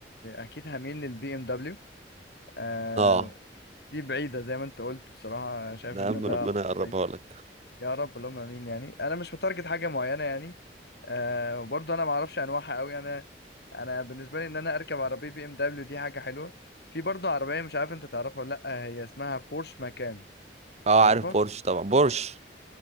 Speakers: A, on the left; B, on the right.
A: اكيد هميل للبي ام آه
B: اه
A: دي بعيدة زي ما انت قلت بصراحة شايف
B: ده
A: ان
B: يا عم
A: ده
B: ربنا يقربها
A: بعيد.
B: لك
A: يا رب اللهم امين يعني انا مش متارجت حاجة معينة يعني آه وبرضه انا ما اعرفش انواعها قوي انا انا بالنسبة لي ان انا اركب عربية بي ام دبليو دي حاجة حلوة في برضه عربية مش عارف انت تعرفها ولا لا هي اسمها بورش مكان
B: اه
A: تعرفها
B: عارف بورش طبعا بورش